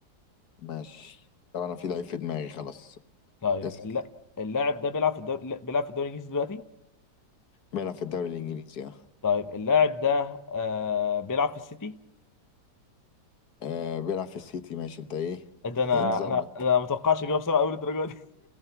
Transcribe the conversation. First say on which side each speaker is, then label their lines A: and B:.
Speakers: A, on the left; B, on the left.
A: ماشي طب انا في لعيب في دماغي خلاص
B: طيب
A: اسأل
B: الل- اللاعب ده بيلعب في الدوري لا، بيلعب في الدوري الانجليزي دلوقتي
A: بيلعب في الدوري الانجليزي اه
B: طيب اللاعب ده آه بيلعب في السيتي
A: آه، بيلعب في السيتي ماشي انت ايه
B: ده
A: <laughs>
B: انا
A: ايه نظامك
B: انا انا ما اتوقعش اجيبها بسرعة قوي للدرجة دي